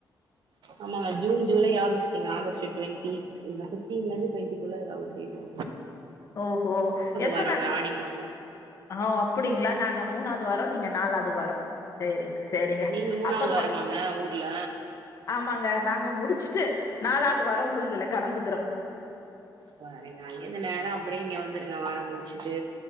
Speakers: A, on the right (about 70°); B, on the left (about 40°).
A: ஆமாங்க ஜூன் ஜூலை ஆகஸ்ட்ங்க ஆகஸ்ட் ட்வெண்டி இல்ல பிப்ட்டீன் ல இருந்து ட்வெண்டிக்குள்ள எதா ஒரு டேட்டு
B: ஓஹோ எப்போ
A: வாரங்க
B: தர்
A: ஆடி மாசோ
B: ஆ ஒ அப்டிங்ளா நாங்க மூணாவது வாரோ நீங்க நாலாவது வாரோ செரி செரிங்க
A: நீங்க மூணாவது
B: அப்பப்போ
A: வாரமாங்க ஊர்ல
B: ஆமாங்க நாங்க முடிச்சுட்டு நாளாவது வாரோ உங்கள்துல கலந்துக்கிறோ
A: சரிங்க அங்கிருந்து நேரா அப்டியே இங்க வந்துருங்க வேல முடிச்சுட்டு